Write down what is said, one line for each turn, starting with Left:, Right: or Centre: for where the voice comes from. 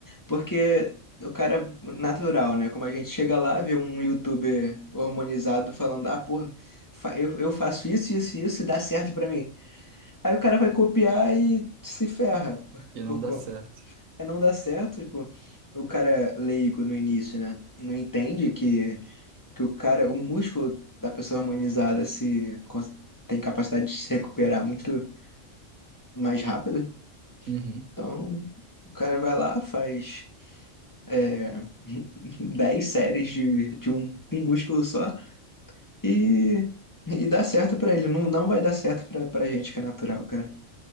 Left: Porque o cara natural, né? Como a gente chega lá, vê um youtuber hormonizado falando, ah, porra, fa- eu, eu faço isso, isso e isso e dá certo pra mim. Aí o cara vai copiar e se ferra. Por,
Right: e não
Left: por,
Right: dá
Left: co-
Right: certo.
Left: é não dá certo, tipo, o cara leigo no início, né? Não entende que, que o cara, o músculo da pessoa hormonizada se cons- tem capacidade de se recuperar muito mais rápido
Right: Uhum.
Left: Então, o cara vai lá, faz é, <laughs> 10 séries de, de um, um músculo só e, e dá certo pra ele. Não, não vai dar certo pra, pra gente que é natural, cara.